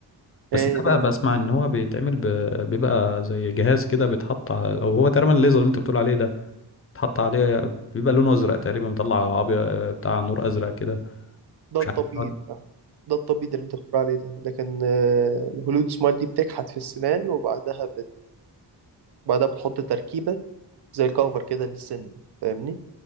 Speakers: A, on the left; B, on the right.
A: بس
B: ايه
A: ده
B: ده
A: بقى بسمع ان هو بيتعمل ب... بيبقى زي جهاز كده بيتحط على... او هو تقريبا الليزر اللي انت بتقول عليه ده بيتحط عليه بيبقى لونه ازرق تقريبا مطلع ابيض بتاع نور ازرق كده
B: ده
A: مش
B: التبييض
A: عارف بيقعد-
B: يعني ده التبييض اللي انت بتقول عليه ده لكن آه، الهولود سمايل دي بتكحت في السنان وبعدها بت... بعدها بتحط تركيبة زي كفر كده للسن فاهمني